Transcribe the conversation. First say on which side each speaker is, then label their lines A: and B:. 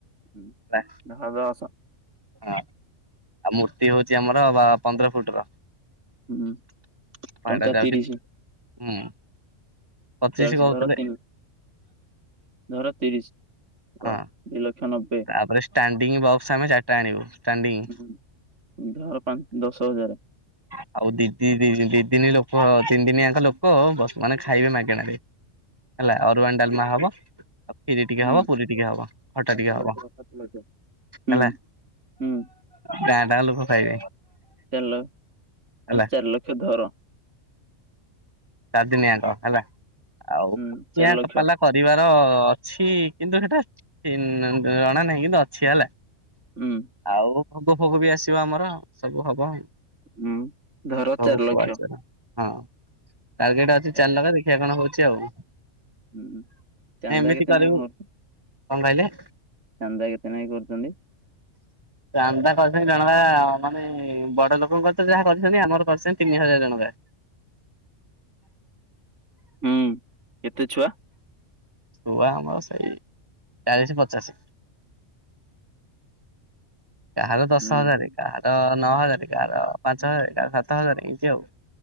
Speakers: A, on the right; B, on the right.
A: ହୁଁ
B: ହେଲା
A: <inaudible> ଆସ।
B: ହଁ ଆଉ ମୂର୍ତ୍ତି ହଉଛି ଆମର ବା ପନ୍ଦର ଫୁଟ ର।
A: ହୁଁ ଟଙ୍କା
B: ଭାଡ଼ା ଯାଉଛି।
A: ତିରିଶ
B: ହୁଁ ପଚିଶି
A: ଚାଳିଶ
B: କହୁଥିଲେ।
A: ଧର ତିନି ଧର ତିରିଶ
B: ହଁ
A: ଦୁଇ ଲକ୍ଷ ନ
B: ତାପରେ ଷ୍ଟାଣ୍ଡିଙ୍ଗ ବକ୍ସ ଆମେ ଚାରିଟା ଆଣିବୁ ଷ୍ଟାଣ୍ଡିଙ୍ଗ
A: ହୁଁ ଧର ପା ଦଶ ହଜାରେ।
B: ଆଉ ଦିଦି ଦି ଦି ଦି ଦିନ ଲୋକ ତିନି ଦିନି ଆଙ୍କ ଲୋକ ବ ମାନେ ଖାଇବେ ମାଗେଣାରେ। ହେଲା ଅରୁଆନ୍ ଡାଲମା ହବ। ଖିରୀ ଟିକେ
A: ହୁଁ
B: ହବ ପୁରୀ ଟିକେ ହବ ଖଟା
A: ପାଞ୍ଚ
B: ଟିକେ ହବ
A: ଲକ୍ଷ ସାତ ଲକ୍ଷ ହୁଁ
B: ହେଲା।
A: ହୁଁ
B: ଗାଁ ଟାଙ୍କ ଲୋକ ଖାଇବେ।
A: ଚାର ଲ
B: ହେଲା
A: ଚାରି ଲକ୍ଷ ଧର।
B: ଚାରଦିନିଆଙ୍କ ହେଲା ଆଉ
A: ହୁଁ
B: ଠିଆ
A: ଚାରି ଲକ୍ଷ
B: ପାଲା କରିବାର ଅଛି କିନ୍ତୁ ସେଟା <inaudible> ଜଣା ନାହିଁ କିନ୍ତୁ ଅଛି ହେଲା।
A: ହୁଁ
B: ଆଉ ଭୋଗ ଫୋଗ ବି ଆସିବ ଆମର ସବୁ ହବ।
A: ହୁଁ ଧର
B: ଭୋଗ
A: ଚାରି
B: ଫୋଗ
A: ଲକ୍ଷ।
B: ଆସିବ ହଁ ଟାର୍ଗେଟ ଅଛି
A: ଚା-
B: ଚାରି ଲକ୍ଷ୍ୟ ଦେଖିଆ କଣ ହଉଛି ଆଉ।
A: ହୁଁ ଚାନ୍ଦା
B: ଏମିତି
A: କେତେ
B: କରିବୁ
A: ନାଖେ କ
B: କଣ କହିଲେ?
A: ଚାନ୍ଦା କେତେ ନାଖେ କରୁଛନ୍ତି?
B: ଚାନ୍ଦା କରିଛନ୍ତି ଜଣକା ମାନେ ବଡ଼ ଲୋକଙ୍କ ତ ଯାହା କରିଛନ୍ତି ଆମର କରିଛନ୍ତି ତିନି ହଜାର ଜଣକା।
A: ହୁଁ କେତେ ଛୁଆ?
B: ଛୁଆ ଆମର ସେଇ ଚାଳିଶି ପଚାଶ। କାହାର ଦଶ
A: ହୁଁ
B: ହଜାରେ କାହାର ନଅ ହଜାରେ କାହାର ପାଞ୍ଚ ହଜାରେ କାହାର ସାତ ହଜାରେ ଈନ୍ତି ଆଉ।